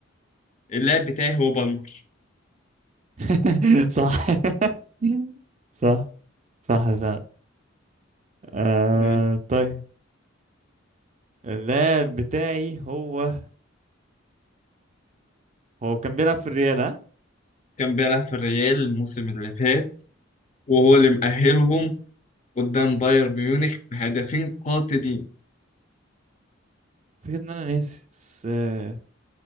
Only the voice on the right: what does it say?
<laughs> صح <laughs> صح صح فعلا آه
طيب اللاعب بتاعي هو هو كان بيلعب في الريال ها
فكرة ان انا ناسي بس آه،